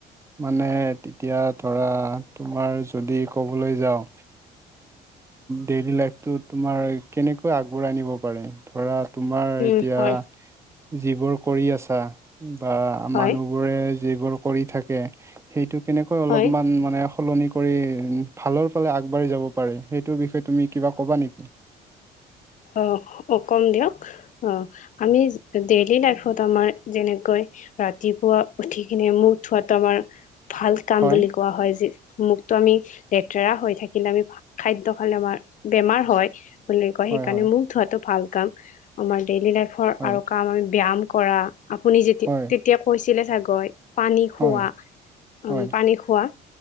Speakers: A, on the right; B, on the left.
A: মানে তেতিয়া ধৰা তোমাৰ যদি ক'বলৈ যাওঁ ডেইলি লাইফটো তোমাৰ কেনেকৈ আগবঢ়াই নিব পাৰে ধৰা তোমাৰ
B: উম
A: এতিয়া
B: হয়
A: যিবোৰ কৰি আছা বা
B: হয়
A: মানুহবোৰে যিবোৰ কৰি থাকে সেইটো কেনেকৈ অলপমান
B: হয়
A: মানে সলনি কৰি ভালৰ ফালে আগবাঢ়ি যাব পাৰে সেইটোৰ বিষয়ে তুমি কিবা ক'বা নেকি? <inaudible>
B: অ', অ', কম দিয়ক। অ', আমি ডেইলি লাইফত আমাৰ যেনেকৈ ৰাতিপুৱা উঠি কিনে মোক ধোৱাতটো আমাৰ ভাল কাম
A: হয়
B: বুলি কোৱা হয়, যি মুখটো আমি লেতেৰা হৈ থাকিলে, আমি খাদ্য খালে আমাৰ বেমাৰ হয় বুলি
A: হয়
B: কাৰণে
A: হয়
B: মুখ ধোৱাতো ভাল কাম। আমাৰ ডেইলি লাইফৰ
A: হয়
B: আৰু কাম আমি ব্যায়াম কৰা আপুনি যেতিয়া,
A: হয়
B: তেতিয়া কৈছিলে চাগৈ পানী খোৱা,
A: হয়
B: উম,
A: হয়
B: পানী খোৱা